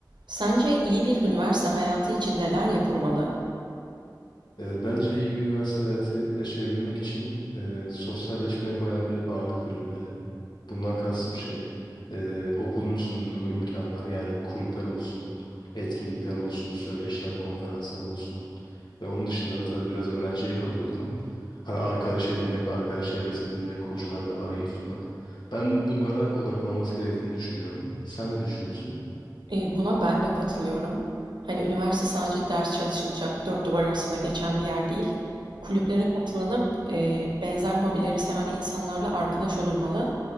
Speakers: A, on the right (about 85°); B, on the left (about 75°).
A: Sence iyi bir üniversite hayatı için neler yapılmalı?
B: Ee, bence iyi bir üniversite hayatı yaşayabilmek için e, sosyalleşmeye bayağı bir ağırlık verilmeli. Bundan kastım şey, e, okulun sunduğu imkanlar yani kulüpler olsun, etkinlikler olsun, söyleşiler, konferanslar olsun. Ve onun dışında da tabii biraz öğrenciye kalıyor durum. Hani arkadaş edinmek, arkadaş çevresi edinmek, hocalarla arayı tutmak. Ben bunlara odaklanması gerektiğini düşünüyorum. Sen ne düşünüyorsun?
A: Eee, buna ben de katılıyorum. Hani üniversite sadece ders çalışılacak dört duvar arasında geçen bir yer değil. Kulüplere katılınıp eee, benzer hobileri seven insanlarla arkadaş olunmalı